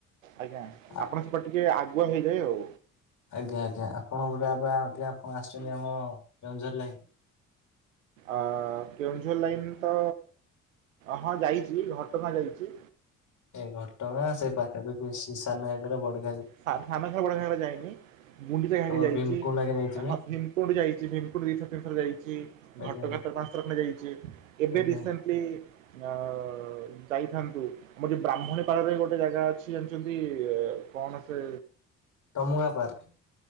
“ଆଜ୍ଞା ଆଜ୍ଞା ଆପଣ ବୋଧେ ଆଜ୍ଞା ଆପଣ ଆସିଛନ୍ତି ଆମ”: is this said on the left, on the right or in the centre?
Left